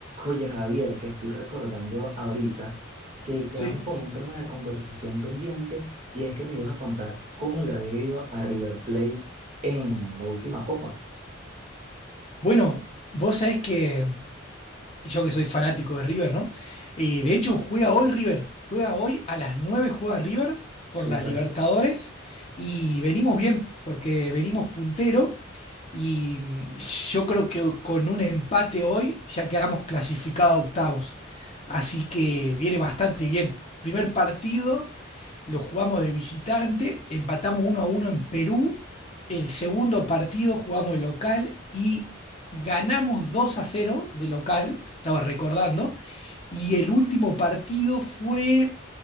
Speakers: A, on the right (about 35°); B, on the left (about 30°).
A: Oye, Javier, que estoy recordando ahorita que quedamos
B: Sí.
A: con un tema de conversación pendiente y es que me ibas a contar cómo le había ido a River Plate en la última copa.
B: Bueno, vos sabés que yo que soy fanático de River, ¿no? Y de hecho juega hoy River, juega hoy a las 9 juega River por
A: Súper.
B: las Libertadores y venimos bien, porque venimos puntero y mm, yo creo que con un empate hoy ya quedamos clasificados a octavos. Así que viene bastante bien. Primer partido lo jugamos de visitante, empatamos uno a uno en Perú. El segundo partido jugamos de local y ganamos 2 a cero de local estaba recordando. Y el último partido fue